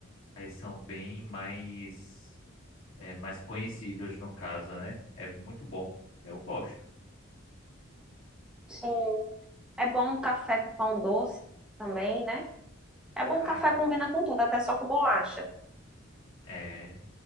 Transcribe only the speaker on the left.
eles são bem mais, é, mais conhecidos no caso, né? É muito bom. Eu gosto.
Ah,
é.